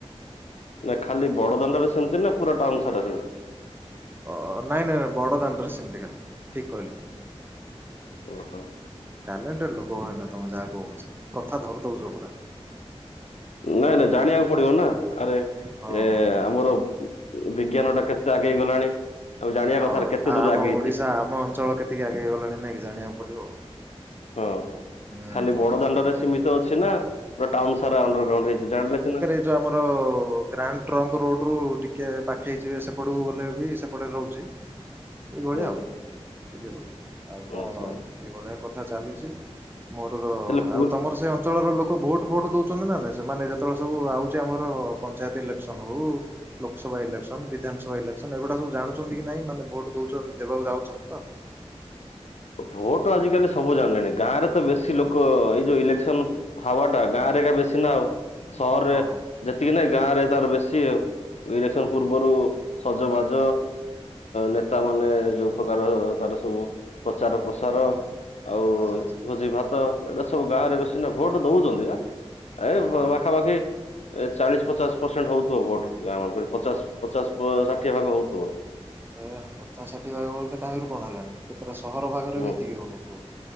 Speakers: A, on the left; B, on the right.
A: ନା ଖାଲି ବଡଦାଣ୍ଡରେ ସେମିତି ନା ପୁରା ଟାଉନ ସାରା ସେମିତି?
B: ଅ ନାଇଁ ନାଇଁ ନାଇଁ ବଡ ଦାଣ୍ଡରେ ସେମିତି ଖାଲି ଠିକ କହିଲେ।
A: ଓହୋ
B: ଟାଲେଣ୍ଟଟେଡ୍ ଲୋକ ଭାଇନା ତମେ ଯାହା କୁହ ପଛେ। କଥା ଧରି ଦଉଛ ପୁରା।
A: ନାଇଁ ନାଇଁ ଜାଣିବାକୁ ପଡିବ ନା ଆରେ
B: ହଁ
A: ଏ
B: ହଁ ହଁ।
A: ଆମର ବିଜ୍ଞାନଟା କେତେ ଆଗେଇଗଲାଣି ଆଉ ଜାଣିବା
B: ହଁ
A: କଥାରେ କେତେ
B: ଆ
A: ଦୂର
B: ଆମ
A: ଆଗେଇଛି।
B: ଓଡିଶା ଆମ ଅଞ୍ଚଳ କେତିକି ଆଗେଇ ଗଲାଣି ନାଇଁ କି ଜାଣିବାକୁ ପଡିବ।
A: ହଁ
B: ହୁଁ
A: ଖାଲି ବଡ
B: ଠିକ୍
A: ଦାଣ୍ଡରେ
B: କଥା ଠିକ୍
A: ସୀମିତ
B: କଥା
A: ଅଛି ନା ପୁରା ଟାଉନ ସାରା ଅଣ୍ଡର ଗ୍ରାଉଣ୍ଡ ହେଇଛି। ଜାଣିଲେ ସିନା
B: ଯଉ ଆମର ଗ୍ରାଣ୍ଡ ଟ୍ରଙ୍କ ରୋଡ ରୁ ଟିକେ ପାଖେଇଯିବେ ସେପଟକୁ ବଲେ ବି ସେପଟେ ରହୁଛି। ଏଇ ଭଳିଆ
A: ହୁଁ
B: ଆଉ ଟିକେ ରହୁଛି ଆଉ କଣ
A: ଆଚ୍ଛା
B: ଆଉ ଏଇ ଭଳିଆ କଥା ଚାଲିଛି। ମୋର ତ
A: ହେଲେ ପୁରୀ
B: ଆଉ ତମର ସେ ଅଞ୍ଚଳର ଲୋକ ଭୋଟ୍, ଫୋଟ ଦଉଛନ୍ତି ନା। ସେମାନେ ଯେତେବେଳେ ସବୁ ଆଉଛି ଆମର ପଞ୍ଚାୟତ ଇଲେକ୍ସନ ହଉ ଲୋକସଭା ଇଲେକ୍ସନ, ବିଧାନସଭା ଇଲେକ୍ସନ, ଏଗୁଡା ସବୁ ଜାଣଛନ୍ତି କି ନାଇଁ ମାନେ ଭୋଟ ଦଉଛନ୍ତି ଦେବାକୁ ଯାଉଛନ୍ତି ତ?
A: ଭୋଟ ଆଜିକାଲି ସବୁ ଜାଣିଲେଣି। ଗାଁରେ ତ ବେଶୀ ଲୋକ ଏଇ ଯୋଉ ଇଲେକ୍ସନ ହାୱା ଟା ଗାଁ ରେ ଏଇଖା ବେଶୀ ନା ଆଉ। ସହରରେ
B: ହଁ ହଁ
A: ଯେତିକି ନୁହେଁ ଗାଁ ରେ ତାର ବେଶୀ ଆଉ। ଇଲେକ୍ସନ
B: ଓହୋ
A: ପୂର୍ବରୁ ସଜବାଜ ନେତା ମାନେ ଯୋଉ ପ୍ରକାର ତାର ସବୁ ପ୍ରଚାର, ପ୍ରସାର ଆଉ
B: ଆଚ୍ଛା ଆଚ୍ଛା
A: ଭୋଜି ଭାତ। ତ ଏଇଟା ସବୁ ଗାଁରେ ବେଶି ନା ଭୋଟ ଦଉଛନ୍ତି ନା ଏ
B: ହଁ
A: ପାଖା
B: ହଁ।
A: ପାଖି ଏ ଚାଳିଶ, ପଚାଶ ପରସେଣ୍ଟ ହଉଥିବ ଭୋଟ ଗାଁ ମନ୍ ଙ୍କ ରେ ପଚାଶ, ପଚାଶ, ଷାଠିଏ ଭାଗ ହଉଥିବ।
B: ଏ ପଚାଶ ଷାଠିଏ ଭାଗ ବୋଲେ ତ କାହିଁରୁ କଣ ହେଲାଣି। କେତେଟା ସହର ଭାଗରେ
A: ହୁଁ
B: ବି ଏତିକି ହଉନଥିବ,